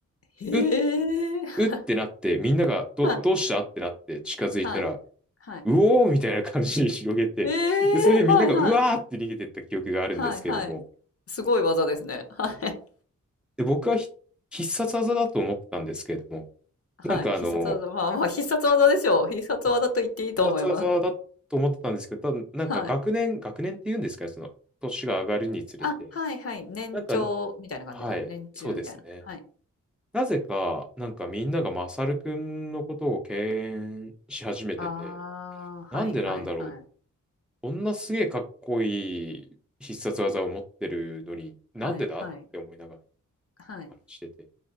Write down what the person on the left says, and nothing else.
へえ。
<laughs>
はい
はい。はい。
え
え、はいははい。
い。はいはい。すごい技ですね。はい。
はい、
必殺技、まあまあ、必殺技でしょう。必殺技と言っていいと思います。
はい。
あ、はいはい、年長みたいな感じですよね。
年中みたいな。
はい。
ああ、
はいはいはい。
はいはい。はい